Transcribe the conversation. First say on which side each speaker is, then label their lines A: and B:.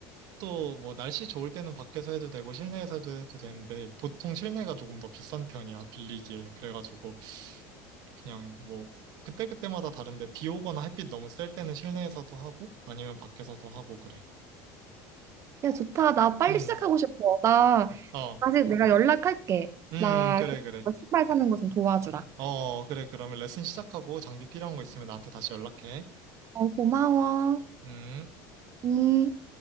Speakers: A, on the right; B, on the right.
A: 또 뭐 날씨 좋을 때는 밖에서 해도 되고 실내에서 해도, 해도 되는데 보통 실내가 조금 더 비싼 편이야, 빌리기에. 그래가지고 그냥 뭐 그때그때마다 다른데 비 오거나 햇빛 너무 셀 때는 실내에서도 하고 아니면 밖에서도 하고 그래.
B: 야, 좋다. 나 빨리
A: 음.
B: 시작하고 싶어. 나
A: 어.
B: 아직 내가 연락할게.
A: 음,
B: 나
A: 그래,
B: 그-
A: 그래.
B: 신발 사는 거 좀 도와주라.
A: 어, 그래. 그러면 레슨 시작하고 장비 필요한 거 있으면 나한테 다시 연락해.
B: 어, 고마워.
A: 음.
B: 음.